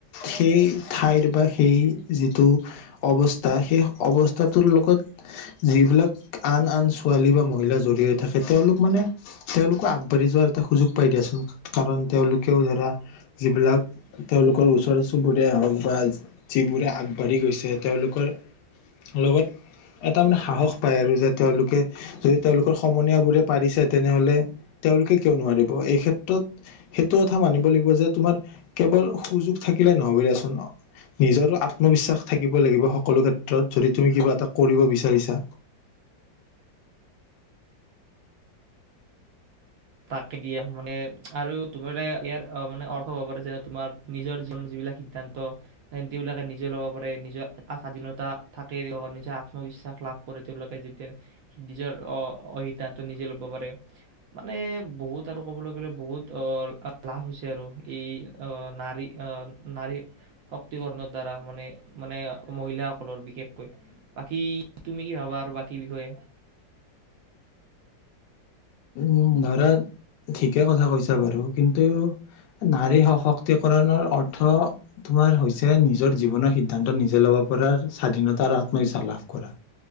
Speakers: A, on the left; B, on the right.
A: সেই ঠাইৰ বা সেই যিটো অৱস্থা সেই অৱস্থাটোৰ লগত যিবিলাক আন আন ছোৱালী বা মহিলা জড় হৈ থাকে তেওঁলোক মানে তেওঁলোকো আগবাঢ়ি যোৱাৰ এটা সুযোগ পাই দিয়াচোন কাৰণ তেওঁলোকেও ধৰা যিবিলাক তেওঁলোকৰ ওচৰ চুবুৰেীয় হওক বা যিবোৰে আগবাঢ়ি গৈছে তেওঁলোকৰ লগত এটা মানে সাহস পায় আৰু যে তেওঁলোকে যদি তেওঁলোকৰ সমনীয়া বোৰে পাৰিছে তেনেহলে তেওঁলোকে কিয় নোৱাৰিব এই ক্ষেত্ৰত সেইটো কথা মানিব লাগিব যে তোমাৰ কেৱল সুযোগ থাকিলে নহব দিয়াচোন নিজৰো আত্মবিশ্বাস থাকিব লাগিব সকলো ক্ষেত্ৰত ক্ষেত্ৰত যদি তুমি কিবা এটা কৰিব বিচাৰিছা
B: তাক দিয়া মানে আৰু তোম ইয়াৰ মানে অৰ্থ হ'ব পাৰে যেনে তোমাৰ নিজৰ জীৱনৰ যিবিলাক সিদ্ধান্ত তেওঁবিলাকে নিজে ল'ব পাৰে নিজৰ স্বাধীনতা থাকে নিজে আত্মবিশ্বাস লাভ কৰে তেওঁলোকে যেতিয়া নিজৰ সিদ্ধান্ত নিজে লব পাৰে মানে বহুত আৰু ক'বলৈ গলে বহুত আহ লাভ হৈছে আৰু এই আহ নাৰী আহ নাৰী শক্তিকৰণৰ দ্বাৰা মানে মানে মহিলাসকলৰ বিশেষকৈ বাকী তুমি কি ভাবা আৰু বাকী বিষয়ে
A: উম ধৰা ঠিকে কথা কৈছা বাৰু কিন্তু নাৰী সশক্তিকৰণৰ অৰ্থ তোমাৰ হৈছে নিজৰ জীৱনৰ সিদ্ধান্ত নিজে ল'ব পৰা স্বাধীনতা আৰু আত্মবিশ্বাস লাভ কৰা